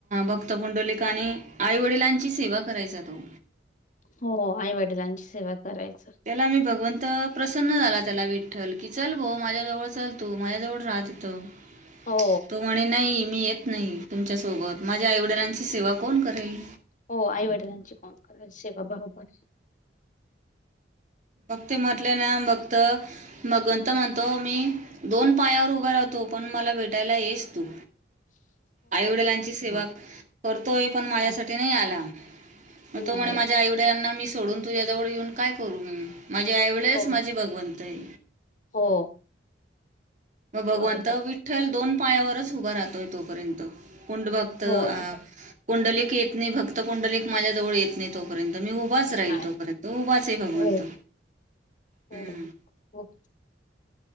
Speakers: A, on the right; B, on the left.
A: भक्त पुुंडलिकाने आई वडिलांची सेवा करायचा तो
B: हो आई वडिलांची सेवा करायचं
A: त्याला आम्ही भगवंत प्रसन्न झाला त्याला विठ्ठल की चल भो माझ्याजवळ चल तू माझ्या जवळ राह तिथं
B: हो
A: तो म्हणे नाही मी येत नाही तुमच्यासोबत माझ्या आईवडिलांची सेवा कोण करेल
B: हो आई वडिलांची फण कराय से बाबा बर
A: मग ते म्हटले ना मगत मगंत म्हणतो मी दोन पायावर उभा राहतो तपण मला भेटायला येस तू
B: <unintelligible>
A: आई वडिलांची सेवा
B: ना-
A: करतोय पण माझ्यासाठी
B: हो
A: नाही आला मग तो
B: नाही
A: म्ह माझ्या आईडयांना मी सोडून तुझ्याजवळ येऊन काय करू मी माझी आईवळेच
B: हो
A: माझे भगवंत आहे
B: हो
A: मग भगवंत
B: बरोबर
A: विठ्ठल दोन पायावरच उभा राहतोय तोपर्यंत कुंड भक्त
B: हो
A: अ
B: दोन-
A: कंडलिक येत नाही भक्त कुंडलिक माझ्याजवळ येत नाही तो पर्यंत मी उभाच राहील
B: नाही
A: तोपर्यंत उभाच आहे भगवंत
B: हो हो
A: हम्म
B: हो